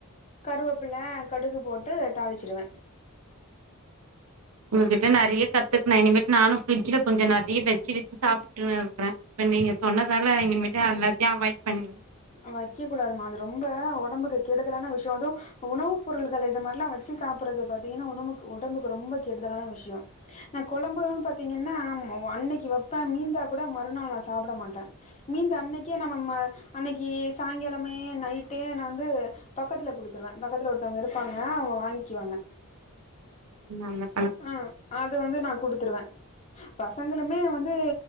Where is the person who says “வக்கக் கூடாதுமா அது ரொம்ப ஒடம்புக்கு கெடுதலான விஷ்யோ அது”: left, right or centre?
Left